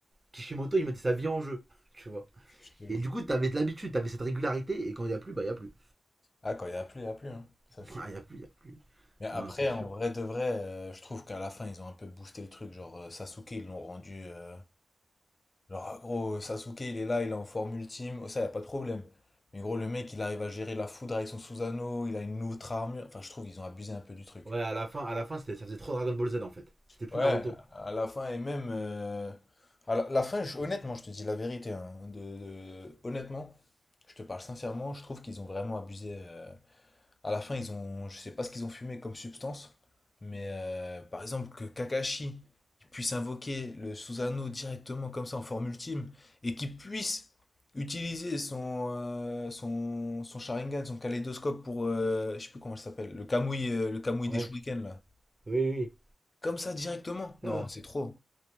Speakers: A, on the right; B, on the left.
A: Kishimoto, il mettait sa vie en jeu, <laughs> tu vois.
B: Je te
A: Et
B: jure.
A: du coup, t'avais de l'habitude, t'avais cette régularité, et quand il y a plus, bah, il y a plus.
B: Ah, quand il n'y a plus, il n'y a plus, hein. Ça,
A: <laughs>
B: c'est...
A: Ah, il y a plus, il y a plus.
B: Mais après,
A: Non, c'est sûr.
B: en vrai de vrai, euh, je trouve qu'à la fin, ils ont un peu boosté le truc. Genre, euh, Sasuke, ils l'ont rendu... euh, Genre, ah, gros, Sasuke, il est là, il est en forme ultime, ça, y a pas de problème. Mais gros, le mec, il arrive à gérer la foudre avec son Susanoo, il a une autre armure. Enfin, je trouve ils ont abusé un peu du truc.
A: Ouais, à la fin, à la fin c'était- ça faisait trop Dragon Ball Z en fait. C'était plus
B: Ouais,
A: Naruto.
B: à la fin, et même. euh, à la, la fin, je- honnêtement, je te dis la vérité. hein, de, de- honnêtement, je te parle sincèrement, je trouve qu'ils ont vraiment abusé. euh, à la fin, ils ont, je sais pas ce qu'ils ont fumé comme substance, mais euh, par exemple que Kakashi puisse invoquer le Susanoo directement comme ça en forme ultime et qu'il puisse utiliser son, euh, son, son Sharingan, son kaléidoscope pour, euh, je sais plus comment ça s'appelle, le Kamui, euh, le Kamui
A: Ouais,
B: des Shurikens là.
A: oui, oui.
B: Comme ça directement. Non,
A: oui. Ah.
B: c'est trop.